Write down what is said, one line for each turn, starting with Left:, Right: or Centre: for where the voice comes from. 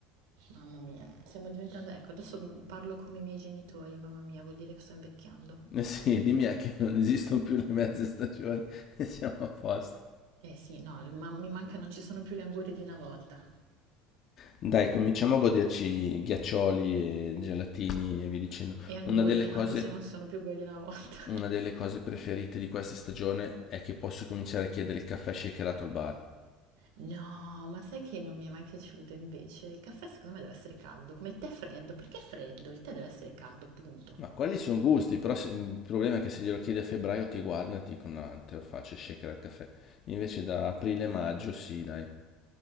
Right: Mamma mia, stiamo diventando... Ecco, adesso parlo come i miei genitori, mamma mia, vuol dire che sto invecchiando.
Left: Eh Sì, <laughs> dimmi a che non esistono più le mezze stagioni <laughs> e siamo a posto.
Right: Eh sì, no, ma- mi manca, non ci sono più le angurie di una volta.
Left: Dai, cominciamo a goderci ghiaccioli e gelatini e via dicendo.
Right: E angurie,
Left: Una delle cose,
Right: anche se non sono più quelli una volta.
Left: una
Right: <laughs>
Left: delle cose preferite di questa stagione è che posso cominciare a chiedere il caffè shakerato al bar.
Right: No, ma sai che non mi è mai piaciuto invece? Il caffè secondo me deve essere caldo, come il tè freddo. Perché è freddo? Il tè deve essere caldo, punto.
Left: Ma quelli sono gusti, però se- il problema è che se glielo chiedi a febbraio ti guardano e ti dicono no, te lo faccio shaker al caffè. Invece da aprile-maggio sì, dai.